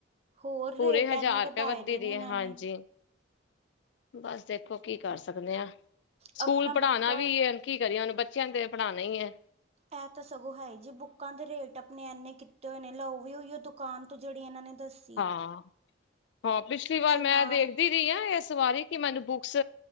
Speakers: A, on the right; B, on the left.
A: ਹੋਰ ਰੇਟ
B: ਪੂਰੇ ਹਜ਼ਾਰ
A: ਇੰਨੇ ਵਧਾਏ
B: ਰੁਪੇ ਵੱਧੀ
A: ਦੇ
B: ਦੀ
A: ਨੇ
B: ਏ,
A: ਇਹਨਾਂ
B: ਹਾਂਜੀ।
A: ਨੇ
B: ਬਾਸ ਦੇਖੋ, ਕੀ ਕੱਰ ਸਕਦੇ ਆ। ਸਕੂਲ
A: ਆਪਣਾ
B: ਪੜਾਣਾ
A: ਬੁੱਕਾਂ
B: ਵੀ ਏ। ਕੀ ਕਰੀਏ ਹੋਣ, ਬੱਚੇਆਂ ਨ ਤੇ ਪੜਾਣਾ ਈ ਏ।
A: ਐ ਤਾ ਸਗੋ ਹੈ ਈ ਜੇ, ਬੁੱਕਾਂ ਦੇ ਰੇਟ ਅਪਣੇ ਐਨੇ ਕੀਤੇ ਹੋਏ ਨੇ, ਲੋਵੀ ਯੂ ਦੁ ਕੱਨ ਤੋਂ ਜੇੜੀ, ਏਨਾ ਨੇ ਦਸ।
B: ਹਾਂ-ਹਾਂ, ਪਿਛਲੀ ਵਾਰ ਮੈਂ
A: ਨਾਲ
B: ਵੇਖਦੀ ਰਈ ਆਂ, ਏਸ ਵਾਰੀ ਕੇ ਮੈਨੂੰ ਬੁੱਕਸ।